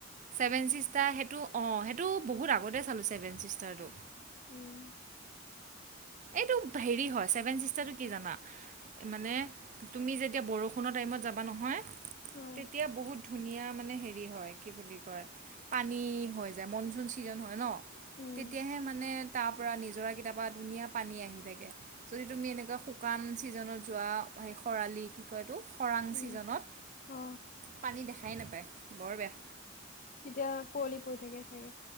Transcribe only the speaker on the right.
ছেভেন চিষ্টাৰ সেইটো অঁ সেইটো বহুত আগতে চালোঁ ছেভেন চিষ্টাৰটো
এইটো হেৰি হয় চছেভেন চিষ্টাৰটো কি জানা মানে তুমি যেতিয়া বৰষুণৰ টাইমত যাবা নহয়
তেতিয়া বহুত ধুনীয়া মানে হেৰি হয় কি বুলি কয় পানী হৈ যায় মনচুন ছিজন হয় ন!
তেতিয়াহে মানে তাৰ পৰা নিজৰা কেইটা পা ধুনীয়া পানী আহি থাকে। যদি তুমি এনেকুৱা শুকান ছিজনত যোৱা খৰালি কি কয় এইটো খৰাং
ছিজনত
পানী দেখাই নাপায় বৰ বেয়া।